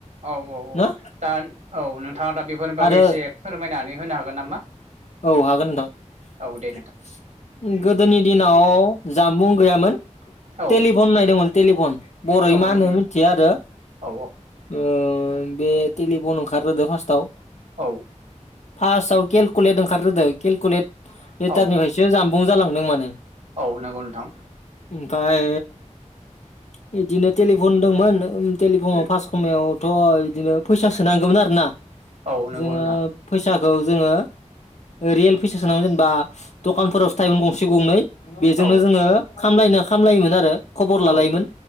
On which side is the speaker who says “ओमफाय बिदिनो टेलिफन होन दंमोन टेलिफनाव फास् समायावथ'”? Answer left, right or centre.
Left